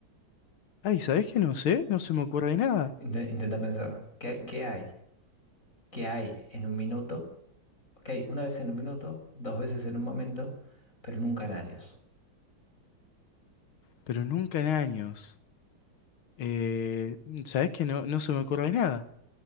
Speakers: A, on the left; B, on the left.
A: Ay, sabes qué? No sé, no se me ocurre nada.
B: Inte- Intenta pensar, ¿qué, qué hay? ¿Qué hay en un minuto? Ok, una vez en un minuto, dos veces en un momento, pero nunca en años.
A: Pero nunca en años. Eh, ¿sabés qué? No, no se me ocurre nada.